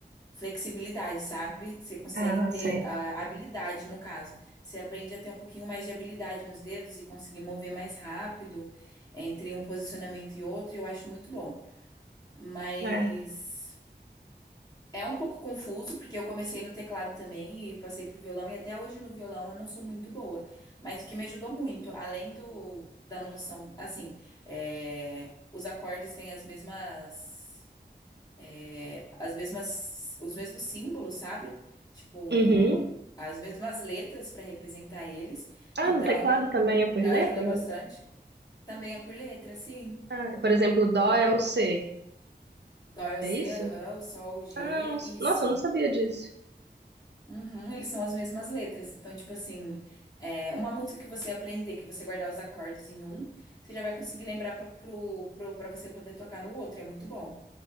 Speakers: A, on the left; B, on the right.
A: Flexibilidade, sabe? Você consegue
B: Ah,
A: ter
B: sei.
A: a habilidade, no caso. Você aprende a ter um pouquinho mais de habilidade nos dedos e conseguir mover mais rápido entre um posicionamento e outro, e eu acho muito bom. Mas
B: É.
A: é um pouco confuso, porque eu comecei no teclado também e passei pro violão, e até hoje no violão eu não sou muito boa. Mas o que me ajudou muito, além do, da noção, assim, é, os acordes têm as mesmas é, as mesmas, os mesmos símbolos, sabe? Tipo,
B: Uhum.
A: as mesmas letras para representar eles.
B: Ah,
A: Então,
B: no teclado também é por
A: já
B: letra?
A: ajuda bastante. Também é por letra, sim.
B: Ah, por exemplo, Dó é o C,
A: Dó é o
B: é
A: C,
B: isso?
A: rã, o sol, o G,
B: Ah, não s-
A: isso.
B: nossa, eu não sabia disso.
A: Uhum, eles são as mesmas letras. Então, tipo assim, é, uma música que você aprender, que você guardar os acordes em um, você já vai conseguir lembrar pra, pro, pro, pra você poder tocar no outro. e É muito bom.